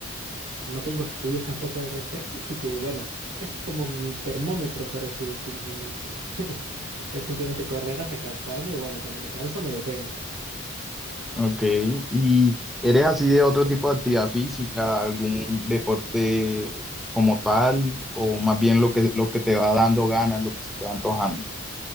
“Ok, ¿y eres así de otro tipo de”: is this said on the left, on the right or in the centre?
Centre